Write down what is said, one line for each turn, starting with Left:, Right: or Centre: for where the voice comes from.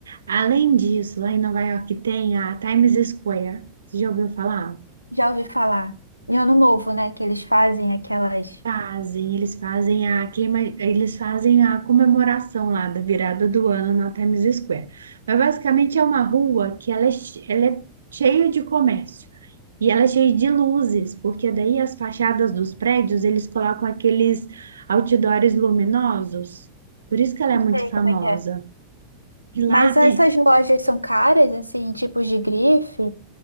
Right: Além disso, lá em Nova York tem a Times Square. Você já ouviu falar?
Left: Já ouvi falar. Em Ano Novo, né? Que eles fazem aquelas.
Right: Fazem, eles fazem a queima, eles fazem a comemoração lá da virada do ano na Times Square. Mas basicamente é uma rua que ela é, che- ela é cheia de comércio e ela é cheia de luzes, porque daí as fachadas dos prédios eles colocam aqueles outdoors luminosos. Por isso que ela é
Left: Não
Right: muito
Left: sei
Right: famosa.
Left: como é que é.
Right: E lá
Left: Mas
Right: tem,
Left: essas lojas são caras, assim, tipos de grife?